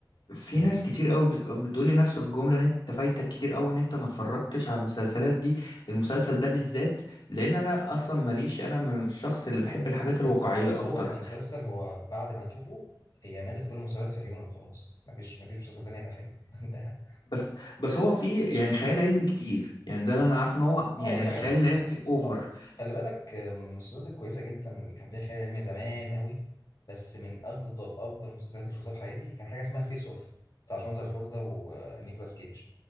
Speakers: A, on the left; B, on the left.
A: في
B: من
A: ناس كتير قوي بتقول لي نفس الجمله ان انت فايتك كتير قوي ان انت ما اتفرجتش على المسلسلات دي المسلسل ده بالذات لان انا اصلا ماليش انا من الشخص اللي بحب الحاجات
B: بس
A: الواقعيه
B: بس
A: اكتر
B: هو كمسلسل هو بعد ما هتشوفه هي ماتت كل المسلسلات في عيونك خلاص مفيش مفيش مسلسل تاني يبقى حلو <laughs> انت
A: بس بس هو في يعني خيال علمي كتير يعني ده اللي انا عارفه ان هو يعني
B: آه، هو طبعا
A: الخيال العلمي اوفر
B: ط- خلي بالك آه، من المسلسلات الكويسه جدا اللي كان فيها خيال علمي زمان قوي بس من افضل افضل المسلسلات اللي شفتها في حياتي كان حاجه اسمها فيس اوف بتاع جون ترافولتا ونيكولاس كيدج